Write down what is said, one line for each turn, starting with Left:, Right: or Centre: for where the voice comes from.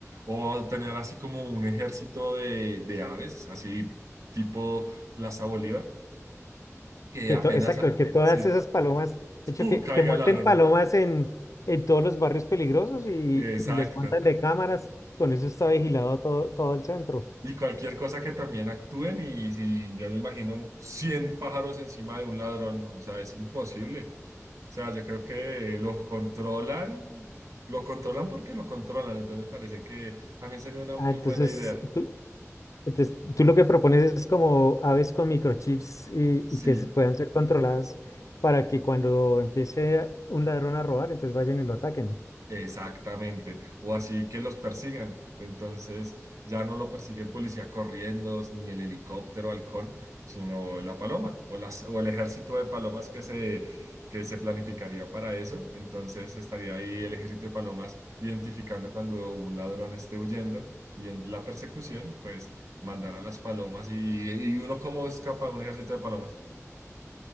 Right: O tener así como un ejército de, de aves, así tipo Plaza Bolívar, que
Left: Que
Right: apenas,
Left: to- exacto,
Right: al-
Left: que todas
Right: sí,
Left: esas palomas, de hecho,
Right: ¡pum!
Left: que,
Right: caiga
Left: que monten
Right: el ladrón.
Left: palomas en, en todos los barrios peligrosos y,
Right: Exacto.
Left: y les montan de cámaras. Con eso está vigilado todo, todo el centro.
Right: y cualquier cosa que también actúen y si yo me imagino 100 pájaros encima de un ladrón, o sea, es imposible. O sea, yo creo que los controlan, lo controlan porque lo controlan, entonces me parece que también sería una
Left: Ah,
Right: muy
Left: entonces,
Right: buena idea.
Left: tú- Entonces, tú lo que propones es como aves con microchips y,
Right: Sí.
Left: y que se puedan ser controladas para que cuando empiece un ladrón a robar, entonces vayan y lo ataquen.
Right: Exactamente, o así que los persigan. Entonces ya no lo persigue el policía corriendo, ni el helicóptero halcón, sino la paloma o, las, o el ejército de palomas que se, que se planificaría para eso. Entonces estaría ahí el ejército de palomas identificando cuando un ladrón esté huyendo y en la persecución, pues mandar a las palomas y, y uno cómo escapa de un ejército de palomas.